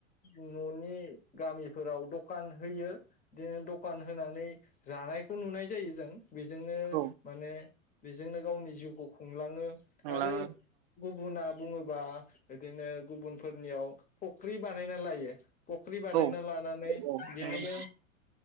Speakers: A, on the left; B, on the right.
A: न'नि गामिफोराव दकान होयो बिदिनो दकान होनानै जानायखौ नुनाय जायो जों। बेजोंनो
B: औ
A: माने बेजोंनो गावनि जिउखौ खुंलाङो
B: थांलाङो
A: आरो गुबुना बुङोबा बिदिनो गुबुनफोरनियाव फख्रि बा बानायना लायो। फख्रि बानायना
B: औ
A: लानानै
B: औ
A: बेहायनो
B: नंगौ